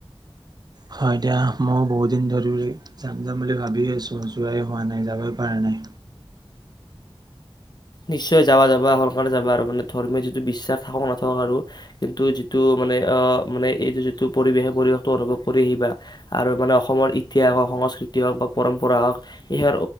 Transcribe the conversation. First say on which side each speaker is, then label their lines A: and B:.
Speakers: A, on the right; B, on the left.
A: হয় দিয়া ময়ো বহুত দিন ধৰি যাম- যাম বুলি ভাবি আছোঁ যোৱাই হোৱা নাই যাবই পৰা নাই।
B: নিশ্চয় যাবা -যাবা সোনকালে যাবা আৰু মানে ধৰ্মীয় যিটো বিশ্বাস থাকক নাথাকক আৰু কিন্তু যিটো মানে আহ মানে এইটো যিটো পৰিৱেশ সেই পৰিৱেশটো অনুভৱ কৰি আহিবা আৰু মানে অসমৰ ইতিহাস হওক সংস্কৃতি হওক বা পৰম্পৰা হওক ইয়াৰ